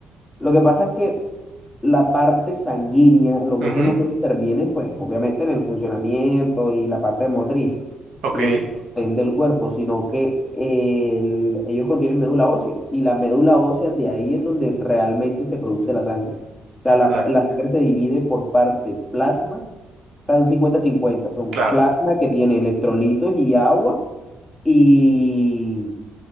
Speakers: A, in the centre; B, on the right.
A: Lo que pasa es que la parte sanguínea, los
B: Ujú,
A: huesos no solo intervienen, pues obviamente en el funcionamiento y la parte motriz
B: Ok,
A: y en el sostén del cuerpo, sino que el- ellos contienen médula ósea y la médula ósea de ahí es donde realmente se produce la sangre. O sea, la,
B: la,
A: la sangre se divide por parte plasma, o sea, un cincuenta-cincuenta son
B: claro,
A: plasma que tiene electrolitos y agua y